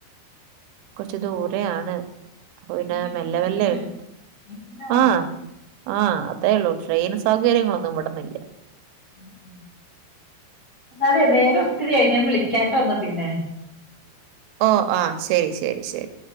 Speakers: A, on the right; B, on the left.
A: കൊറച്ചു ദൂരെ ആണ് അപ്പൊ പിന്നെ
B: എങ്ങനെ പോണെ
A: മെല്ലെ
B: ബസ്സിനാ
A: മെല്ല എടു
B: ബസ്സിനാ പോണെ
A: ആഹ ആഹ് അതേള്ളൂ ട്രെയിൻ സൗകര്യങ്ങളൊന്നും ഇവിടന്നില്ല......
B: ഉം ഉ എന്നാലേ നേരെ ഒത്തിരിയായി ഞാൻ വിളിക്കാത്ത ഒന്നാ പിന്നെ.
A: ഓ ആഹ ശരി ശരി ശരി.